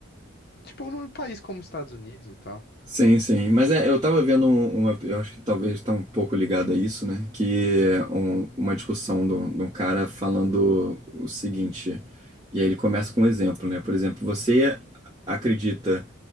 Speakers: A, on the left; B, on the right.
A: Tipo, num país como os Estados Unidos e tal.
B: Sim, sim. Mas é, eu tava vendo um- uma. Eu acho que talvez tá um pouco ligado a isso, né? Que é um- uma discussão de um de um cara falando o seguinte. E aí ele começa com um exemplo, né? Por exemplo, você acredita